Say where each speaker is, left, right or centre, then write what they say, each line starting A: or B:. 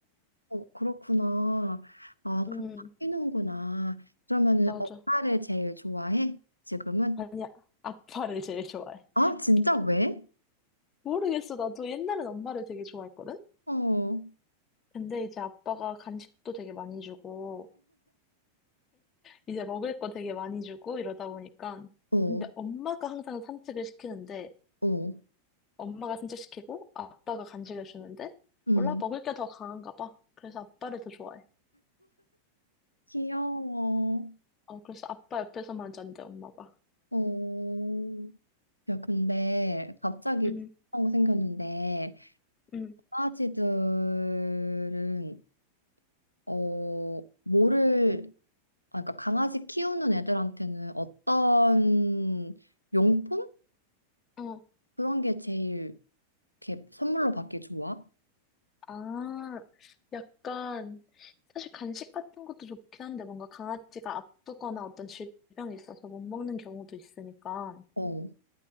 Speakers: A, on the left; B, on the left.
A: 어, 그렇구나. 아,
B: 음,
A: 그 바뀌는구나. 그러면은
B: 맞아.
A: 엄마를 제일 좋아해? 지금은?
B: 아니야. 아빠를 제일 좋아해.
A: 아, 진짜
B: <laughs>
A: 왜?
B: 모르겠어. 나도 옛날엔 엄마를 되게 좋아했거든?
A: 어,
B: 근데 이제 아빠가 간식도 되게 많이 주고, 이제 먹을 거 되게 많이 주고 이러다 보니까.
A: 어,
B: 근데 엄마가 항상 산책을 시키는데,
A: 어,
B: 엄마가 산책시키고 아빠가 간식을 주는데
A: 음.
B: 몰라 먹을 게 더 강한가 봐. 그래서 아빠를 더 좋아해.
A: 귀여워.
B: 어 그래서 아빠 옆에서만 잔대 엄마가.
A: 어. 야, 근데 갑자기
B: 응,
A: 궁금한 거 생겼는데
B: 응,
A: 강아지들은 어, 뭐를, 아, 그러니까 강아지 키우는 애들한테는 어떤 용품?
B: 어.
A: 그런 게 제일 이렇게 선물로 받기 좋아?
B: 아, 약간 사실 간식 같은 것도 좋긴 한데 뭔가 강아지가 아프거나 어떤 질병이 있어서 못 먹는 경우도 있으니까
A: 어,